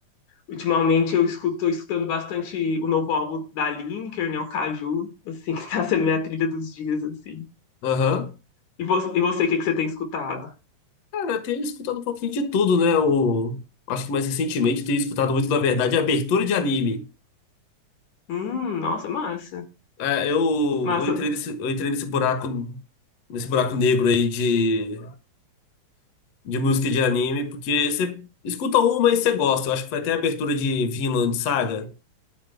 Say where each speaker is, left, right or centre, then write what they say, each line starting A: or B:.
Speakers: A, on the left; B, on the left.
A: Ultimamente eu escuto, tô escutando bastante o novo álbum da Lineker, né, o Caju, assim, <laughs> que tá sendo minha trilha dos dias, assim.
B: Aham.
A: E você, e você, o que que você tem escutado?
B: Cara, eu tenho escutado um pouquinho de tudo, né? O, acho que mais recentemente eu tenho escutado muito, na verdade, abertura de anime.
A: Hum, nossa, massa,
B: É, eu,
A: massa,
B: eu entrei nesse, eu entrei nesse buraco, nesse buraco negro aí de, de música de anime, porque você escuta uma e você gosta. Eu acho que foi até a abertura de Vinland Saga.